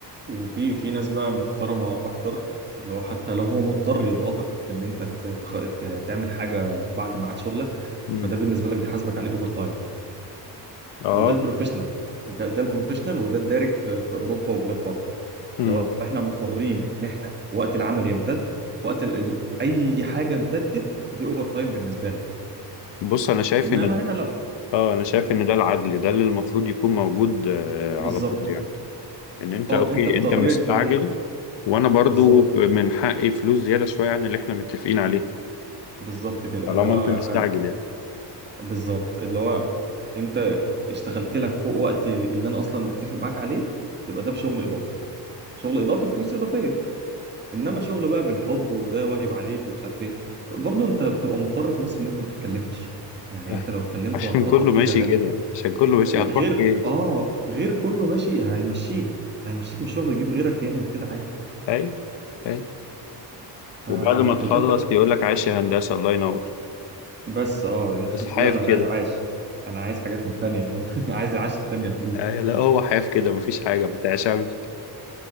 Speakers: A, on the right; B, on the left.
A: وفي في ناس بقى محترمه اكتر اللي هو حتى لو هو مضطر يضغطك في ان انت ت- تخ- ت- تعمل حاجه بعد ميعاد شغلك
B: مم.
A: فده بالنسبه لك بيحاسبك عليه اوفر تايم
B: اه
A: وده البروفيشنال ده ده البروفيشنال وده الدارج في في اوروبا وبلاد بره
B: مم.
A: لو احنا مضطرين ان احنا وقت العمل يمتد وقت ال... ال- اي حاجه امتدت فدي اوفر تايم بالنسبه لك
B: بص انا شايف
A: انما
B: ان ده
A: هنا لا
B: اه انا شايف ان ده العدل ده اللي المفروض يكون موجود آه،
A: بالظبط
B: على طول يعني ان انت
A: اه
B: اوكي
A: انت اضطريت
B: انت مستعجل
A: ان انا
B: وانا برضو
A: بالظبط
B: من حقي فلوس زيادة شوية عن اللي احنا متفقين عليه
A: بالظبط كده
B: طالما
A: اللي هو
B: انت مستعجل
A: أنا-
B: يعني
A: بالظبط اللي هو انت اشتغلت لك فوق وقت اللي انا اصلا متفق معاك عليه يبقى ده بشغل اضافي شغل اضافي فلوس اضافيه انما شغل بقى بالحب وده واجب عليك ومش عارف ايه برضه انت بتبقى مضطر في مصر ان انت ما تتكلمش يعني
B: <laughs>
A: انت لو اتكلمت
B: عشان
A: واعترضت
B: كله
A: كتير
B: ماشي كده يعني. عشان كله ماشي
A: غير
B: هتروح فين
A: اه غير كله ماشي هيمشيك هيمشيك من الشغل ويجيب غيرك يعمل كده عادي
B: اي اي
A: فطب
B: وبعد ما تخلص
A: انت
B: يقول لك عايش يا هندسة الله ينور
A: بس اه <laughs>
B: بس حايف
A: لا انا مش
B: كده
A: عايز عاش انا عايز حاجات من التانية <laughs> عايز العاش التانية الفلوس
B: أي
A: دي
B: لا هو حايف كده مفيش حاجة ما تعشمش